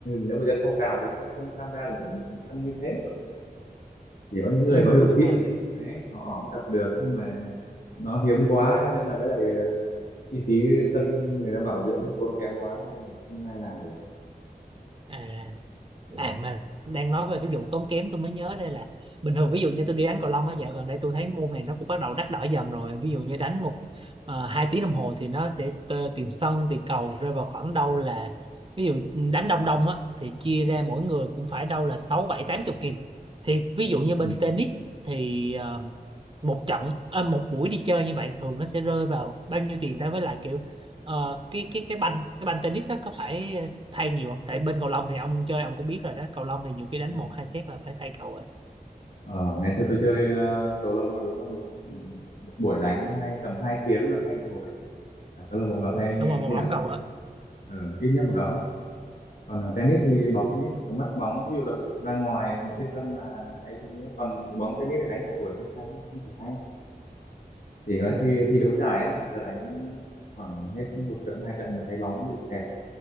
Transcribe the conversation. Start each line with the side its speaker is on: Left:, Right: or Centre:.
Left: nếu mà dân phong trào thì sẽ không tham gia được những sân như thế chỉ có những người
Right: ừ,
Left: có điều
Right: đúng
Left: kiện
Right: rồi
Left: ấy đấy, họ, họ mới tập được nhưng mà nó hiếm quá cho nên là với lại ờ, chi phí sân người ta bảo dưỡng tốn kém quá nên là không ai làm được
Right: à
Left: ừ.
Right: à mà đang nói về cái vụ tốn kém tôi mới nhớ đây là bình thường ví dụ như tôi đi đánh cầu lông á dạo gần đây tôi thấy môn này nó cũng bắt đầu đắt đỏ dần rồi ví dụ như đánh một uh, hai tiếng đồng hồ thì nó sẽ t- tiền sân tiền cầu rơi vào khoảng đâu là ví dụ ừ, đánh đông đông á thì chia ra mỗi người cũng phải đâu là sáu bảy tám chục nghìn thì ví dụ như
Left: Ừ.
Right: bên tennis thì ờ, một trận à, một buổi đi chơi như vậy thường nó sẽ rơi vào bao nhiêu tiền ta với lại kiểu ờ, cái cái cái banh cái banh tennis đó có phải thay nhiều không tại bên cầu lông thì ông chơi ông cũng biết rồi đó cầu lông thì nhiều khi đánh
Left: Ừ.
Right: một hai set là phải thay cầu rồi
Left: Ờ, ngày xưa tôi chơi ờ, cầu lông là đúng là một ừ, một buổi đánh hay tầm 2 tiếng là thay một hộp đấy. Cả câu lạc bộ là thay
Right: đúng rồi một
Left: khi
Right: ống
Left: nào cũng
Right: cầu
Left: thay một
Right: á
Left: hộp. Ừ, ít nhất một đống. Còn ờ, tennis thì bóng tennis chỉ có mất bóng ví dụ đập ra ngoài những cái sân mà ấy thì nữa. Còn bóng tennis thì đánh cả buổi không sao, không phải thay. Chỉ có
Right: ừ
Left: khi thi đấu giải ấy, người ta đánh khoảng hết một trận hai trận mà thấy bóng bị kẹt.